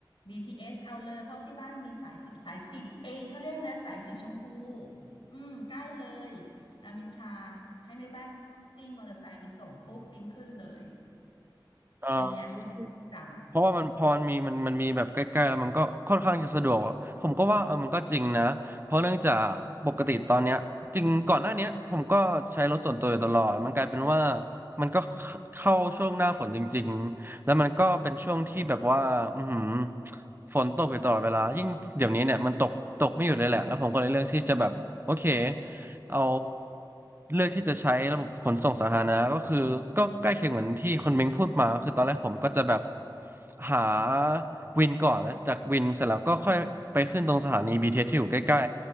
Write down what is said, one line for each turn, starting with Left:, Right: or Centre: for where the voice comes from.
Left: BTS เอสเอาเลยเพราะที่บ้านมีสายสิบสายสี่เอยเขาเรียกนะสายสีชมพูอืมใกล้เลย รามอินทราให้แม่บ้านซิ่งมอเตอร์ไซค์ไปส่งปุ๊บปิ๊งขึ้นเลย
Right: ๆเอ่อ
Left: อันเนี้ยคือใช้ประจ
Right: เพราะว่ามันพอมันมีมันมันมีแบบใกล้ๆแล้วมันก็ค่อนข้างจะสะดวกผมก็ว่าเออมันก็จริงนะเพราะเนื่องจากปกติตอนเนี้ยจริงก่อนหน้าเนี้ยผมก็ใช้รถส่วนตัวอยู่ตลอดมันกลายเป็นว่ามันก็เข้าช่วงหน้าฝนจริงๆแล้วมันก็เป็นช่วงที่แบบว่าอือหือฝนตกอยู่ตลอดเวลายิ่งเดี๋ยวนี้เนี่ยมันตกตกไม่หยุดเลยแหละแล้วผมก็เลยเลือกที่จะแบบโอเค เอาเลือกที่จะใช้ระบบขนส่งสาธารณะก็คือก็ใกล้เคียงเหมือนที่คนเม้งพูดมาคือตอนแรกผมก็จะแบบหาวินก่อนแล้วจากวินเสร็จแล้วก็ค่อยไปขึ้นตรงสถานี BTS ทีเอสที่อยู่ใกล้